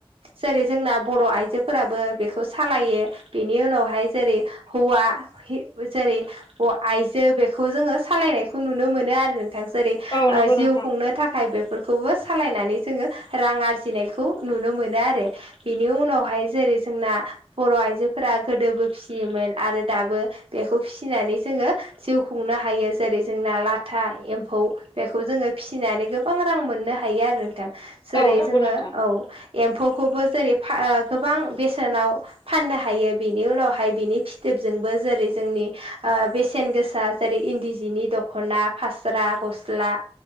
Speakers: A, on the right; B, on the left.
A: जेरै जोंना बर' आइजोफोराबो बेखौ सालायो बेनि उनावहाय जेरै हौवा <unintelligible> सारि अ आइजो बेखौ जोङो सालायनायखौ नुनो मोनो आरो नोंथां जेरै
B: औ नंगौ
A: ओ जिउ
B: नोंथां
A: खुंनो थाखाय बेफोरखौबो सालायनानै जोङो रां आरजिनायखौ नुनो मोनो आरो बेनि उनावहाय जेरै जोंना बर' आइजोफोरा गोदोबो फिसियोमोन आरो दाबो बेखौ फिसिनानै जोङो जिउ खुंनो हायो जेरै जोंना लाथा एम्फौ बेखौ जोङो फिसिनानै गोबां रां मोननो हायो आरो नोंथां जेरै
B: औ नंगौ
A: जोङो
B: नोंथां
A: औ एम्फौखौबो जेरै फा गोबां बेसेनाव फाननो हायो बेनि उनावहाय बिनि फिथोबजोंबो जेरै जोंनि आ बेसेन गोसा जेरै इन्दि जिनि दख'ना फास्रा गस्ला